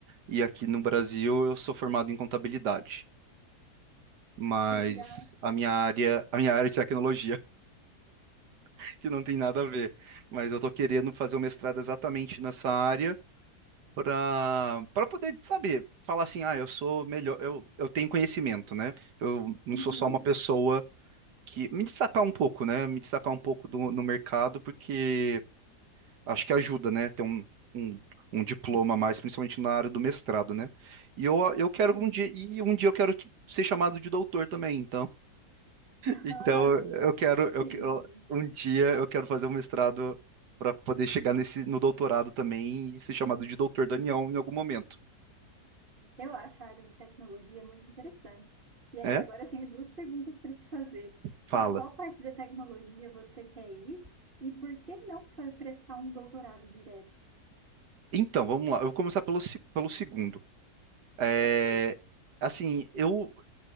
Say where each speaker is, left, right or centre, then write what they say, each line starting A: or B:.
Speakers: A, on the right; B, on the right.
A: e aqui no Brasil eu sou formado em contabilidade. mas
B: Que legal.
A: a minha área, a minha área é de tecnologia, <laughs> que não tem nada a ver. Mas eu tô querendo fazer o mestrado exatamente nessa área para para poder saber, falar assim, ah, eu sou melhor, eu, eu tenho conhecimento, né? Eu não
B: Uhum,
A: sou só uma pessoa que me destacar um pouco, né? Me destacar um pouco do, no mercado, porque acho que ajuda, né? Ter um, um Um diploma a mais, principalmente na área do mestrado, né? E eu, eu quero
B: sim.
A: um dia, e um dia eu quero ser chamado de doutor também, então.
B: <laughs>
A: Então,
B: Ah,
A: eu quero, eu,
B: entendi.
A: que- eu- um dia eu quero fazer um mestrado para poder chegar nesse, no doutorado também e ser chamado de Doutor Daniel em algum momento.
B: Eu acho a área de tecnologia muito interessante. E aí,
A: É?
B: agora eu tenho duas perguntas para te fazer.
A: Fala.
B: Em qual parte da tecnologia você quer ir? E por que não fa- prestar um doutorado direto?
A: Então, vamos lá. Eu vou começar pelo, se- pelo segundo. É,
B: Ok,
A: assim, eu,